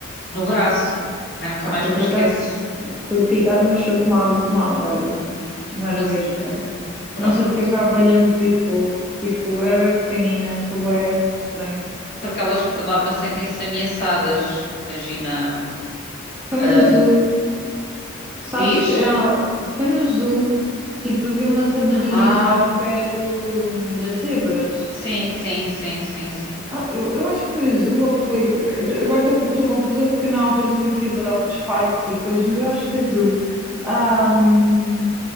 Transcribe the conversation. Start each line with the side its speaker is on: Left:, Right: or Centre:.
Left: no braço. Ai, nunca
Centre: Ah,
Left: mais
Centre: eu
Left: me
Centre: por
Left: esquece.
Centre: acaso fui picada, mas foi por uma, ab- uma abelha. Primeira
Left: Mas,
Centre: vez,
Left: eh,
Centre: espera.
Left: pronto.
Centre: Não sei porque é que a abelha me picou. Tipo, eu era bem pequenina, foi bem estranho.
Left: porque elas por norma sentem-se ameaçadas. Imagina,
Centre: Foi
Left: ah,
Centre: no zoo, sabes?
Left: diz?
Centre: ah, Foi no zoo, tipo, havia umas abelhinhas
Left: Ah,
Centre: lá ao pé do, das zebras.
Left: sim, sim, sim, sim, sim.
Centre: Ah, eu, eu acho que foi azul ou foi. eu tô- Agora estou confusa porque na altura também fui a Badocas Parques e coisas, mas eu acho que foi azul Ahm,